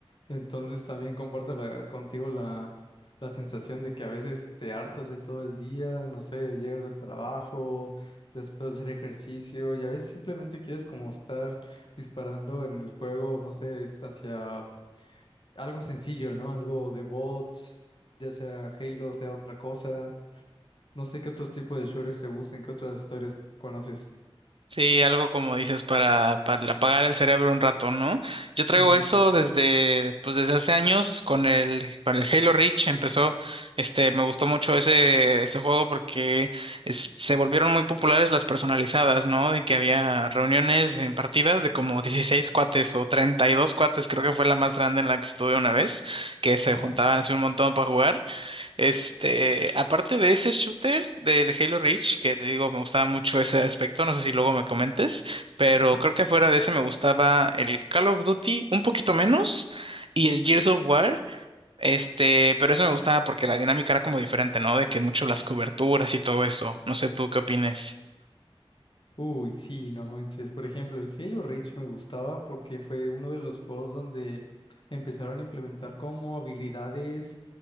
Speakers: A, on the left; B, on the right.
A: Entonces también comparto la- contigo la, la sensación de que a veces te hartas de todo el día, no sé, llegas del trabajo, después de hacer ejercicio, y a veces simplemente quieres como estar disparando en el juego, no sé, hacia algo sencillo, ¿no? Algo de bots, ya sea Halo, sea otra cosa. No sé qué otros tipos de shooters te gusten, qué otras historias conoces.
B: Sí, algo como dices para, para apagar el cerebro un rato, ¿no? Yo traigo
A: Ujú,
B: eso desde, pues desde hace años con el, con el Halo Reach empezó, este, me gustó mucho ese, ese juego porque es- se volvieron muy populares las personalizadas, ¿no? De que había reuniones en partidas de como 16 cuates o 32 cuates, creo que fue la más grande en la que estuve una vez, que se
A: Ajá.
B: juntaban así un montón para jugar este, aparte de ese shooter del Halo Reach, que te digo, me gustaba mucho ese aspecto, no sé si luego me comentes, pero
A: ujú.
B: creo que fuera de ese me gustaba el Call of Duty un poquito menos y el Gears of War, este, pero eso me gustaba porque la dinámica era como diferente, ¿no? De que mucho las coberturas y todo eso. No sé tú qué opines.
A: Uy, sí, no manches. Por ejemplo, el Halo Reach me gustaba porque fue uno de los juegos donde empezaron a implementar como habilidades